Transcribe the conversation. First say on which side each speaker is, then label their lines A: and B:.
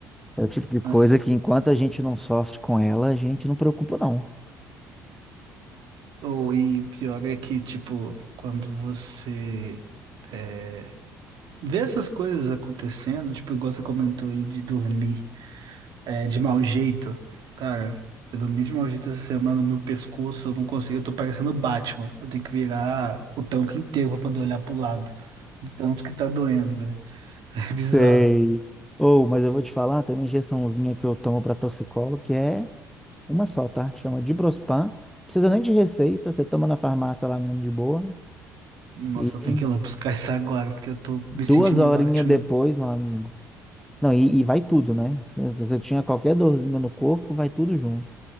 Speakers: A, in the centre; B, on the right.
A: É o tipo de coisa
B: Nossa,
A: que enquanto a gente não sofre com ela, a gente não preocupa, não.
B: ou, e pior é que, tipo, quando você, é, vê essas coisas acontecendo, tipo, igual você comentou aí de dormir. é, de mau jeito. Cara, eu dormi de mau jeito essa semana, meu pescoço, eu não consigo, eu tô parecendo Batman. Eu tenho que virar o tanque inteiro pra poder olhar pro lado. De tanto que tá doendo, velho. <laughs> É
A: Sei.
B: bizarro.
A: Ou, mas eu vou te falar, tem uma injeçãozinha que eu tomo para torcicolo, que é uma só, tá? Chama Diprospan. Precisa nem de receita, você toma na farmácia lá mesmo de boa.
B: Nossa,
A: E
B: eu tenho que ir lá buscar isso agora, porque eu tô
A: duas
B: me sentindo
A: horinhas
B: Batman.
A: depois, meu amigo. Não, e, e vai tudo, né? Se se você tinha qualquer dorzinha no corpo, vai tudo junto.